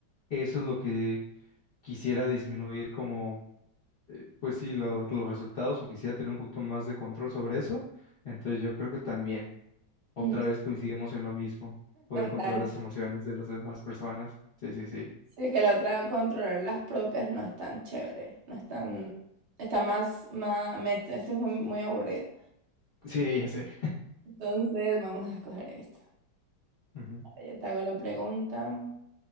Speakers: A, on the left; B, on the right.
A: eso es lo que quisiera disminuir como, pues sí, lo- los resultados o quisiera tener un poquito más de control sobre eso, entonces yo creo que también. Otra
B: <laughs>
A: vez coincidimos en lo mismo, poder controlar
B: Dale.
A: las emociones de las demás personas. Sí, sí, sí.
B: Sí, que la otra, controlar las propias, no es tan chévere, no es tan, está más, más, me- esta es muy, muy aburrida.
A: Sí, ya sé.
B: Entonces, vamos a escoger esta.
A: Ujú.
B: Ahora yo te hago la pregunta.